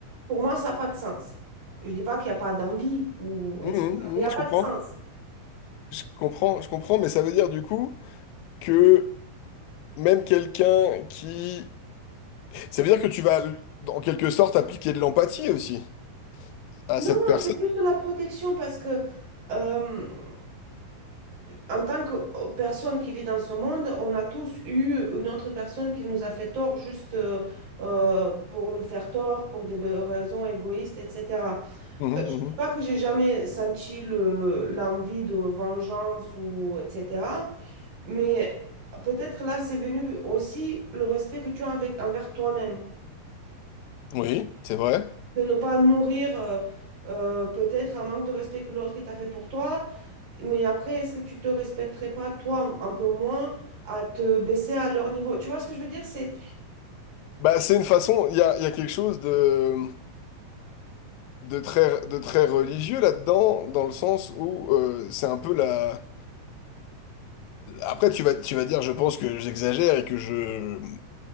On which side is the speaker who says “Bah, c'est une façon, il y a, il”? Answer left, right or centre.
Left